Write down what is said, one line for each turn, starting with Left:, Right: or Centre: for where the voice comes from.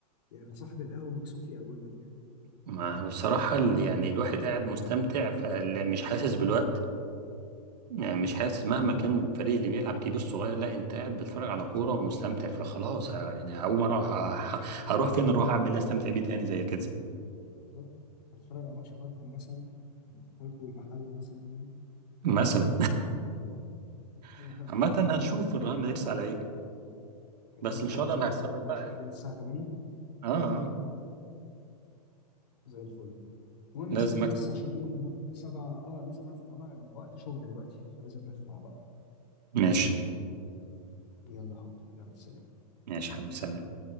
Left: يعني صاحب القهوه مكسوف يقومك يعني
Right: ما- بصراحه ال- يعني الواحد قاعد مستمتع
Left: <laughs>
Right: فمش حاسس بالوقت يعني مش حاسس مهما
Left: اه
Right: كان الفريق اللي بيلعب كبير صغير لا انت قاعد بتتفرج على كوره ومستمتع فخلاص ه- يعني هقوم اروح ه- هروح فين اروح اعمل ايه استمتع بيه تاني زي كده
Left: بالظبط هتتفرج على ماتش فاركو مثلا فاركو والمحله مثلا يعني
Right: مثلا
Left: <laughs>
Right: <laughs> عامة هنشوف الرهان هيرس على ايه
Left: خلينا
Right: بس ان
Left: كده
Right: شاء
Left: نشوف
Right: الله انا هكسبك
Left: النهارده الماتش
Right: بقى يعني
Left: بالليل الساعه 8
Right: اه اه
Left: زي الفل المهم
Right: لازم
Left: يا صديقي
Right: اكسب
Left: بس عشان ايه النهارده 7 اه لازم اخلع بقى الوقت شغل دلوقتي فلازم نخلع بقى
Right: ماشي
Left: يلا حبيبي يلا سلام
Right: ماشي حبيبي سلام